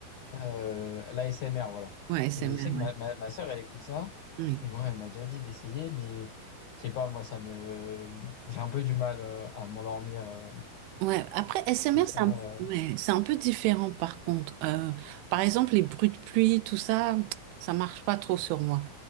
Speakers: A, on the left; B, on the right.
A: euh, l'ASMR, voilà.
B: Ouais, S
A: Et
B: M
A: je sais
B: R
A: que
B: ouais.
A: ma, ma, ma sœur, elle écoute ça.
B: Oui.
A: Et moi, elle m'a déjà dit d'essayer, mais je sais pas, moi, ça me. J'ai un peu du mal euh, à m'endormir euh,
B: Ouais, après, S M
A: comme
B: R
A: ça.
B: c'est un...
A: euh.
B: ouais, c'est un peu différent par contre. Euh, par exemple, les bruits de pluie, tout ça, ça marche pas trop sur moi.